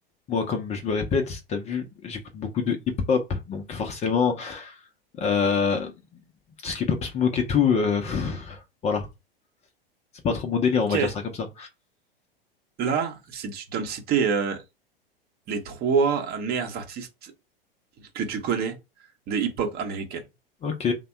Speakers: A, on the left; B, on the right.
A: moi, comme je me répète, t'as vu, j'écoute beaucoup de hip-hop, donc forcément, euh, tout ce qui est pop smoke et tout, euh, pff, voilà, c'est pas trop mon délire,
B: Ok.
A: on va dire ça comme ça.
B: Là, si tu dois me citer euh, les trois meilleurs artistes que tu connais de hip-hop américaine.
A: Ok,